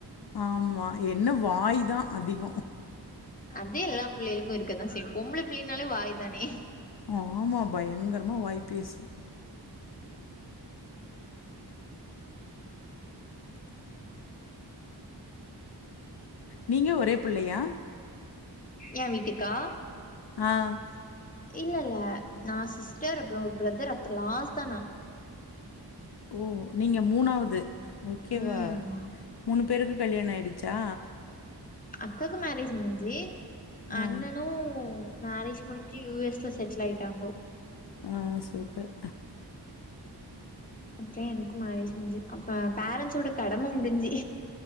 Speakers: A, on the left; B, on the left.
A: ஆமா என்ன வாய் தா அதிக
B: அதே எல்லா பிள்ளைகளுக்கு இருக்கதா செய்யு பொம்பள பிள்ளைனாலே வாய் தானே
A: ஆமாம் பயங்கரமா வாய்பேசு நீங்க ஒரே பிள்ளையா
B: ஏ வீட்டுக்கா
A: ஆ
B: இல்ல இல்ல நா சிஸ்டர் அப்புற ஒரு பிரதர் அப்புற லாஸ்ட்டாதா நா
A: ஓ நீங்க மூணாவது ஓகேவா
B: ம்
A: மூணு பேருக்கு கல்யாண ஆயிடுச்சா
B: அக்காக்கு மேரேஜ் முடிஞ்சு அண்ணனு
A: ஆ
B: மேரேஜ் முடிஞ்சு யூ எஸ்ல செட்ல் ஆயிட்டாங்கோ
A: ஆ சூப்பர்
B: அப்பற எனக்கு மேறேஞ்சு முடிஞ்சி அப்ப பேரண்ஸோட கடம முடிஞ்சு